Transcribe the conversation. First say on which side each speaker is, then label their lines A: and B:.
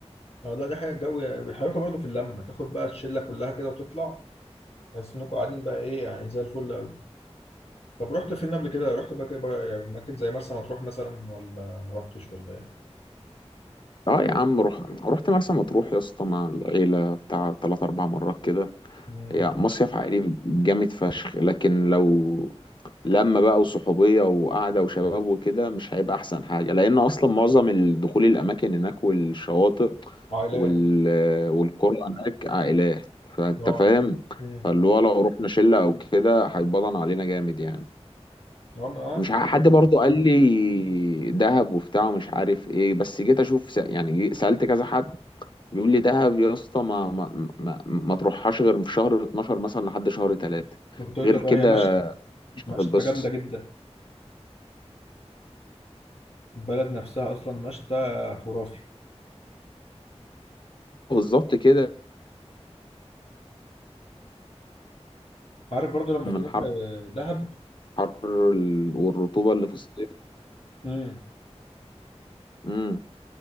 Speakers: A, on the left; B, on the left.
A: اه لا دي حاجه الجو بيحركها برضه في اللمه تاخد بقى الشله كلها كده وتطلع تحس انكم قاعدين بقى ايه يعني زي الفل قوي طب رحت فين قبل كده رحت بقى كده بقى يعني مكان زي مرسى مطروح مثلا ولا ما رحتش ولا ايه
B: اه يا عم روح رحت مرسى مطروح يا اسطى مع العيلة بتاع تلات أربع مرات كده
A: امم
B: هي مصيف عائلي جامد فشخ لكن لو لما بقى وصحوبية وقعدة وشباب وكده مش هيبقى أحسن حاجة لأن أصلا معظم الدخول الأماكن هناك والشواطئ
A: عائلات
B: وال... والقرى هناك عائلات فأنت
A: اه
B: فاهم
A: امم
B: فاللي هو لو رحنا شلة أو كده هيبطن علينا جامد يعني
A: اه ما أنا عارف
B: مش ع-
A: ده.
B: حد برضه قال لي دهب وبتاع ومش عارف ايه بس جيت اشوف س- يعني جي- سألت كذا حد بيقول لي دهب يا اسطى ما ما ما, ما تروحهاش غير في شهر 12 مثلا لحد شهر 3
A: ما كنت اقول
B: غير
A: لك
B: كده
A: اه هي مشتى
B: مش
A: مشتى
B: هتتبسط
A: جامده جدا البلد نفسها اصلا مشتى خرافي
B: بالظبط كده
A: عارف برضو لما
B: من
A: تروح
B: حر
A: آه، دهب
B: حر ال- والرطوبة اللي في الصيف
A: امم
B: امم